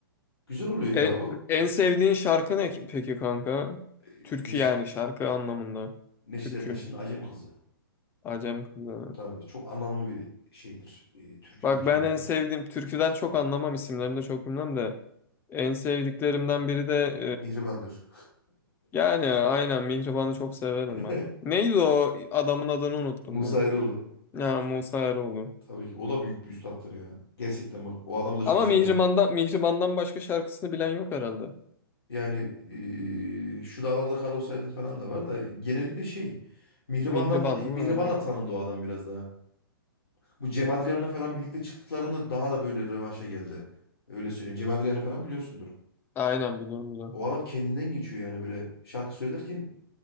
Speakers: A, on the left; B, on the left.
A: Güzel oluyor ya
B: E,
A: o
B: en sevdiğin şarkı ne ki- peki kanka?
A: e,
B: Türkü
A: Neş
B: yani şarkı anlamında.
A: Neşet
B: Türkü.
A: Ertaş'ın Acem Kızı.
B: Acem kızı.
A: Tabii çok anlamlı bir şeydir. E, türküdür
B: Bak
A: kendileri.
B: ben en sevdiğim türküden çok anlamam isimlerini de çok bilmem de en sevdiklerimden biri de
A: Mihriban'dır.
B: Yani aynen Mihriban'ı çok severim
A: <laughs>
B: ben. Neydi o adamın adını unuttum
A: Musa
B: ya.
A: Eroğlu.
B: Ya Musa Eroğlu.
A: Tabii ki. O da büyük bir üstattır ya. Gerçekten bak o adamı da çok
B: Ama
A: severim.
B: Mihriban'dan, Mihriban'dan başka şarkısını bilen yok herhalde.
A: Yani eee, şu dağlarda kar olsaydın falan da var da genellikle şey Mihriban'dan
B: Mihriban
A: fa-
B: değil
A: Mihriban'la
B: mi? Aynen.
A: tanındı o adam biraz daha. Bu Cem Adrian'la falan birlikte çıktıklarında daha da böyle rövanşa geldi. Öyle söyleyeyim. Cem Adrian'ı falan biliyorsundur.
B: Aynen biliyorum biliyorum.
A: O adam kendinden geçiyor yani böyle şarkı söylerken